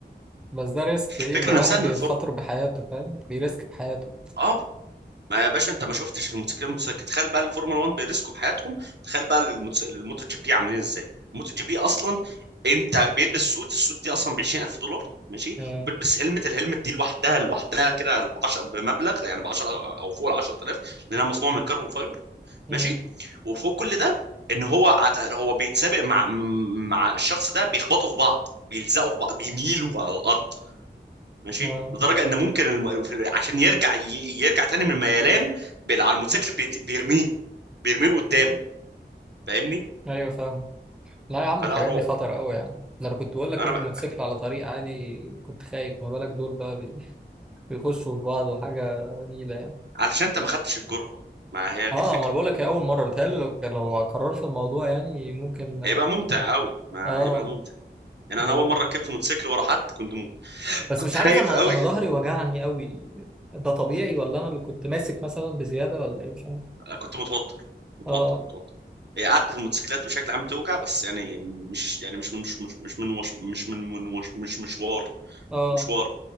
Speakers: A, in the centre; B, on the right.
A: بس ده ريسك ايه
B: الفكره
A: ده
B: نفسها
A: واحد بيخاطر
B: ان الفرن
A: بحياته فاهم بيريسك بحياته
B: اه ما يا باشا انت ما شفتش الموتوسيكلات المتسابقه تخيل بقى الفورمولا 1 بيرسكوا بحياتهم تخيل بقى الموتس... الموتو جي بي عاملين ازاي الموتو جي بي اصلا انت بيلبس سوت السوت دي اصلا ب 20000 دولار ماشي
A: امم
B: وبيلبس هلمت الهلمت دي لوحدها لوحدها كده ب 10 بمبلغ يعني ب 10 او فوق ال 10000 لانها مصنوعه من الكربون فايبر
A: امم
B: ماشي وفوق كل ده ان هو عت- هو بيتسابق مع مع الشخص ده بيخبطوا في بعض بيلزقوا في بعض بيميلوا على الارض ماشي
A: اه
B: لدرجه ان ممكن الم... في- عشان يرجع ي... يرجع تاني من الميلان بال... على الموتوسيكل بيت... بيرميه بيرميه لقدام فاهمني
A: ايوه فاهم لا يا عم
B: فلا
A: الحاجات
B: رعب
A: دي خطر قوي يعني ده انا كنت بقول لك
B: انا
A: راكب
B: بقى
A: موتوسيكل على طريق عادي كنت خايف ما بالك دول بقى بي- بيخشوا في بعض وحاجه نيله يعني
B: علشان انت ما خدتش الجرأه ما هي دي
A: اه
B: الفكره
A: ما انا بقول لك هي اول مره بتهيألي لو كان- لو قررت الموضوع يعني ممكن
B: هيبقى ممتع قوي ما
A: اه
B: هيبقى ممتع يعني انا
A: ايوه
B: اول مره ركبت موتوسيكل ورا حد كنت م...
A: بس
B: كنت
A: مش
B: خايف
A: عارف انا
B: قوي
A: انا ظهري وجعني قوي ده طبيعي ولا انا اللي كنت ماسك مثلا بزياده ولا ايه مش عارف
B: كنت متوتر متوتر
A: اه
B: متوتر هي قعدة الموتوسيكلات بشكل عام توجع بس يعني مش يعني مش من مش مش من وش مش من من وش مش مشوار
A: اه
B: مشوار